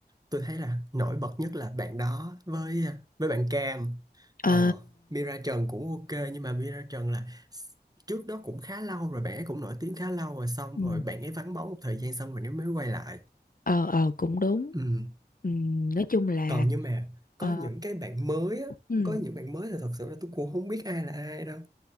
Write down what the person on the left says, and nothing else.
ờ
Ừ.
ờ ờ, cũng đúng
ừ, nói chung là
ờ
ừ.